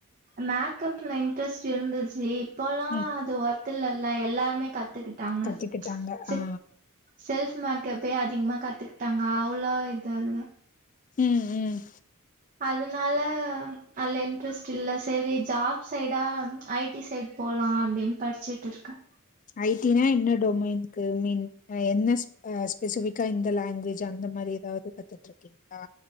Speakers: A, on the right (about 35°); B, on the left (about 35°).
A: மேக்கப்ல இன்ட்ரெஸ்ட் இருந்துச்சு இப் பெலா
B: ம்.
A: அது ஒர்த் இல்லல எல்லாருமே கத்துக்கிட்டாங்க
B: கத்துக்கிட்டாங்க.
A: செ
B: ஆ.
A: செல்ஃப் மேக்கப்பே அதிகமா கத்துகிட்டாங்க அவ்ளோ இதுல்ல
B: ம் ம்
A: அதனால அதில இன்ட்ரெஸ்ட் இல்ல சரி ஜாப் சைடா ஐ டி சைடு போலா அப்டின் படிச்சுட்ருக்கே
B: ஐ டி னா என்ன டொமைன்க்கு மீன் என்ன அ ஸ்பெசிஃபிக்கா இந்த லாங்வேஜ் அந் த மாரி எதாவுது கத்துட்ருக்கிங்ளா